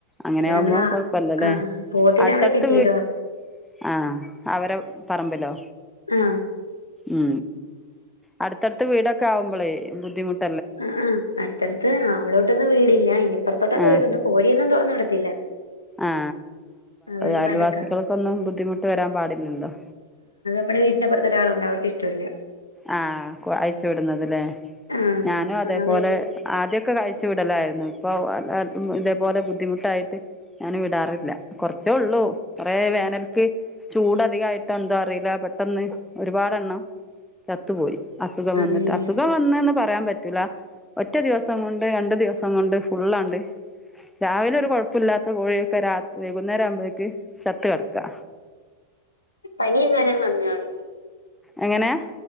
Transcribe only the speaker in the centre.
അങ്ങനെ ആകുമ്പോ
കൊഴപ്പല്ലല്ലേ
അടുത്തടുത്ത്
വിട് ആ അവരെ പറമ്പിലോ
ഉ അടുത്തടുത്ത് വീടൊക്കെ ആവുമ്പോളേ ബുദ്ധിമുട്ട്
ആ
ആ
അയൽവാസികൾക്കൊന്നും
ബുദ്ധിമുട്ട് വരാൻ പാടില്ലല്ലോ
ആ അയച്ചു വിടുന്നത് അല്ലേ.
ഞാനും അതേപോലെ
ആദ്യ ഒക്കെ കഴിച്ചു വിടലായിരുന്നു ഇപ്പൊ ഇതേപോലെ ബുദ്ധിമുട്ടായിട്ട് ക് ഞാൻ വിടാറില്ല കുറച്ചേ ഉള്ളൂ കൊറെേ വേനൽക്ക് ചൂടധികമായിട്ട് എന്തോ അറിയില്ല പെട്ടെന്ന് ഒരുപാടെണ്ണം ചത്തുപോയി അസുഖം
വന്നിട്ട് അസുഖം വന്നന്ന് പറയാൻ പറ്റ പറ്റുല ഒറ്റ ദിവസം കൊണ്ട് രണ്ടു ദിവസം കൊണ്ട് ഫുള്ളാണ്ട് രാവിലെ ഒരു കൊഴപ്പില്ലാത്ത കോഴിയൊക്കെ രാത്രി വൈകുന്നേരം ആവുമ്പോഴേക്ക് ചത്ത കിടക്കാ
എങ്ങനെയാ